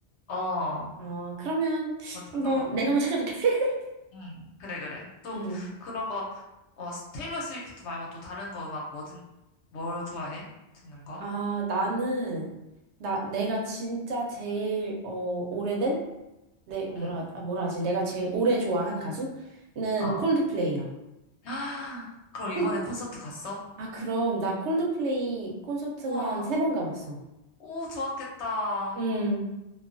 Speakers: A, on the left; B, on the right.
A: 어,
B: 어, 그러면
A: 한번
B: 한번
A: 찾아봐봐.
B: 내가 한번 찾아볼게. <laughs>
A: 응, 그래, 그래. 또,
B: 응.
A: 그런 거, 어, 스- 테일러 스위프트 말고 또 다른 거 음악 뭐든, 뭘 좋아해? 듣는 거?
B: 아, 나는, 나,
A: 응,
B: 내가 진짜 제일, 어, 오래된? 내, 뭐라,
A: 응,
B: 하- 아, 뭐라 하지? 내가 제일 오래 좋아한 가수는
A: 어.
B: 콜드플레이요.
A: <gasps> 아, 그럼 이번에
B: 콜-
A: 콘서트 갔어?
B: 아, 그럼 나 콜드플레이 콘서트만
A: 우와,
B: 세 번 가봤어.
A: 오, 좋았겠다.
B: 음,